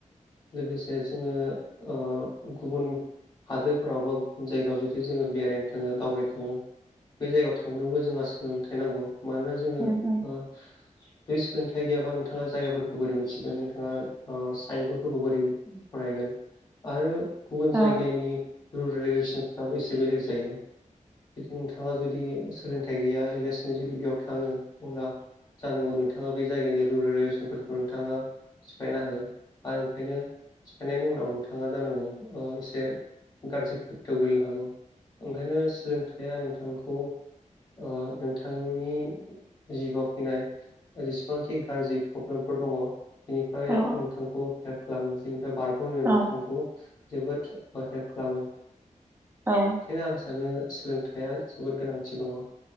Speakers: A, on the left; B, on the right.
A: लोगोसे जोङो गुबुन ओ गुबुन हादोरफोराव बा गुबुन जायगायाव जुदि जोङो बेरायनो थाङो दावबायनो थाङो बे जायगायाव थांनोबो जोंहा सोलोंथाइ नांगौ । मानोना जोङो
B: उम
A: ओ जुदि सोलोंथाइ गैयाबा नोंथाङा जायगाफोरखौ बोरै मिथिगोन नोंथाङा ओ साइन्स ब फोरखौ बोरै फरायगोन आरो गुबुन
B: औ
A: जायगानि रुल रेगुलेसनफ्राबो एसे बेलेग जायो। जुदि नोंथाङा जुदि सोलोंथाइ गैया एलासैनो जुदि बेयाव थाङो अब्ला जानांगौ नोंथाङा बे जायगानि रुरेल रेसनफोरखौ नोंथाङा सिफायना होगोन। आरो ओंखायनो सिफायनायनि उनाव नोंथाङा जानांगौ एसे गाज्रि खोथायाव गोलैनो हागौ। ओंखायनो सोलोंथाइया नोंथांखौ ओ नोंथांनि जिबआव फैनाय जसेबांखि गाज्रि प्रब्लेमफोर दङ। बेनिफ्राय
B: औ
A: नोंथांखौ हेल्प खालामो बेनिफ्राय बारग'नो
B: औ
A: नोंथांखौ जोबोद हेल्प खालामो।
B: औ
A: ओंखायनो आं सानो सोलोंथाइया जोबोद गोनांथि दङ।